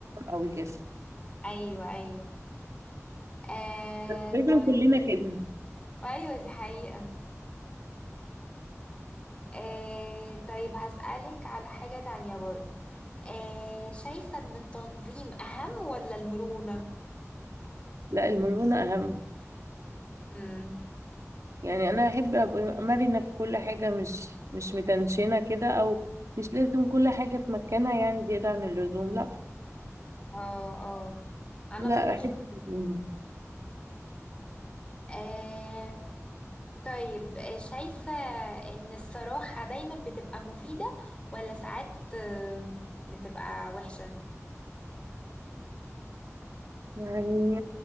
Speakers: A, on the right; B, on the left.
A: قوي كده
B: ايوه ايوه آه
A: تقريبا
B: طيب
A: كلنا كده
B: ايوه دي حقيقة آه طيب هسألك على حاجة تانية برضو آه شايفة ان التنظيم اهم ولا المرونة
A: لا المرونة أهم
B: امم
A: يعني أنا أحب أبقى مرنة في كل حاجة مش مش متنشنة كده أو مش لازم كل حاجة في مكانها يعني زيادة عن اللزوم لا
B: اه اه انا
A: لا
B: برضو
A: أحب
B: ش-
A: المرونة.
B: آه طيب آه، شايفة ان الصراحة دايما بتبقى مفيدة ولا ساعات آم، بتبقى وحشة
A: يعني